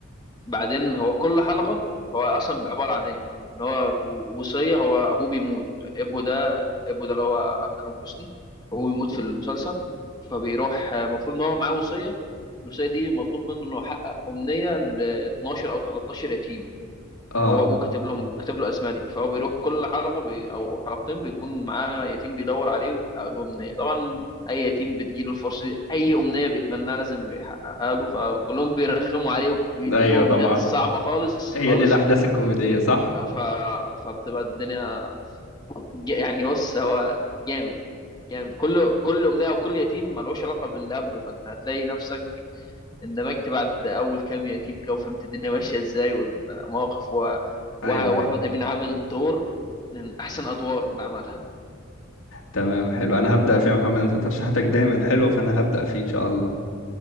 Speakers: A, on the left (about 20°); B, on the left (about 80°).
A: بعدين هو كل حلقة هو أصلا عبارة عن إيه؟ إن هو وصية هو أبوه بيموت أبوه ده أبوه ده اللي هو أكرم حسني أبوه بيموت في المسلسل فبيروح المفروض إن هو معاه وصية الوصية دي مطلوب منه إنه يحقق أمنية ل 12 أو 13 يتيم
B: اه
A: هو ابوه كاتب لهم كاتب له اسماء دي فهو بيروح كل حلقه بي او حلقتين بيكون معاه يتيم بيدور عليه ويحقق له امنيه طبعا اي يتيم بتجيله الفرصه دي اي امنيه بيتمناها لازم بيحققها له فكلهم بيرخموا عليه وبيدوا
B: ايوه طبعا
A: امنيات صعبه خالص
B: هي
A: خالص
B: دي الاحداث الكوميدية صح
A: ف... فبتبقى الدنيا ج- يعني بص هو جامد جامد كل كل امنيه وكل يتيم ملوش علاقه باللي قبله فانت هتلاقي نفسك اندمجت بعد اول كام يتيم كده وفهمت الدنيا ماشيه ازاي والمواقف و... و...
B: ايوه
A: واحمد
B: ايوه
A: امين عامل دور من احسن ادوار اللي عملها
B: تمام حلو انا هبدا فيه يا محمد انت ترشيحاتك دايما حلوة فانا هبدا فيه ان شاء الله